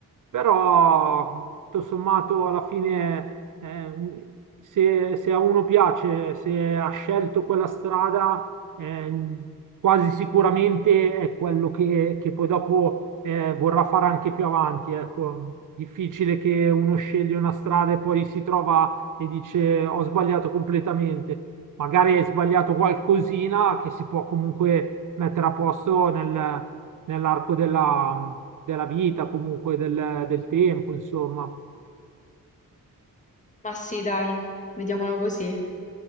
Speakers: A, on the right; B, on the left.
A: Però, tutto sommato, alla fine, eh, se, se a uno piace, se ha scelto quella strada, eh, quasi sicuramente è quello che, che poi dopo eh, vorrà fare anche più avanti. Ecco, difficile che uno sceglie una strada e poi si trova e dice ho sbagliato completamente. Magari hai sbagliato qualcosina che si può comunque mettere a posto nel nell'arco della, della vita, comunque del, del tempo, insomma.
B: Ma sì, dai, vediamola così.